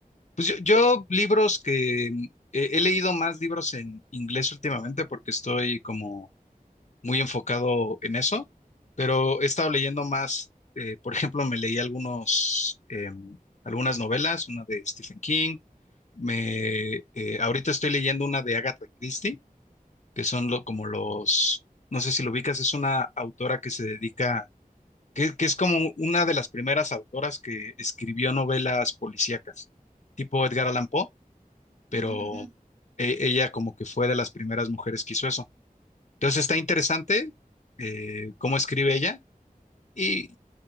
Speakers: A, on the left; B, on the right.
A: Pues yo, yo libros que mm, he, he leído más libros en inglés últimamente porque estoy como muy enfocado en eso, pero he estado leyendo más, eh, por ejemplo, me leí algunos, em, algunas novelas, una de Stephen King, me, eh, ahorita estoy leyendo una de Agatha Christie, que son lo, como los, no sé si lo ubicas, es una autora que se dedica, que, que es como una de las primeras autoras que escribió novelas policíacas, tipo Edgar Allan Poe, pero...
B: <laughs> Ujú, ujú.
A: e- Ella como que fue de las primeras mujeres que hizo eso. Entonces está interesante eh, cómo escribe ella y,